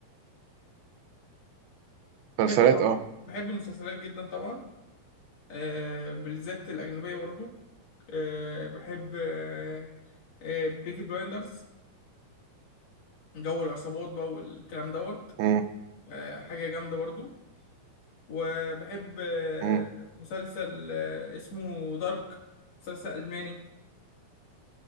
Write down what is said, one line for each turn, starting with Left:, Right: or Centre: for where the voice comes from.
Left: بحب
Right: مسلسلات
Left: طبعا
Right: اه
Left: بحب المسلسلات جدا طبعا أه بالذات الاجنبيه برضو أه بحب أه أه بيكي بلايندرز جو العصابات بقى والكلام دوت
Right: امم
Left: آه، حاجة جامدة برضو وبحب آه،
Right: امم
Left: مسلسل آه، اسمه دارك مسلسل ألماني